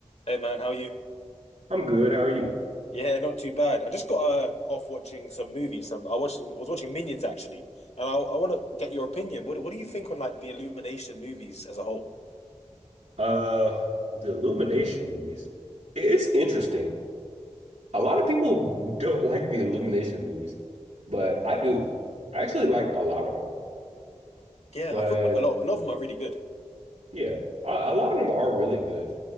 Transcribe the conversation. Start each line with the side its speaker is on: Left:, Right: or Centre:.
Left: Hey man, how are you?
Right: I'm good. How are you?
Left: Yeah, not too bad. I just got uh, off watching some movies. Some I watching I was watching Minions actually, and I I want to get your opinion. What do- what do you think on like the Illumination movies as a whole?
Right: Uh, the Illumination movies. It's interesting. A lot of people don't <laughs> like the Illumination movies, but I do. I actually like a lot of them.
Left: Yeah,
Right: But
Left: I feel like a lot a lot of them are really good.
Right: yeah, a, a lot of them are really good,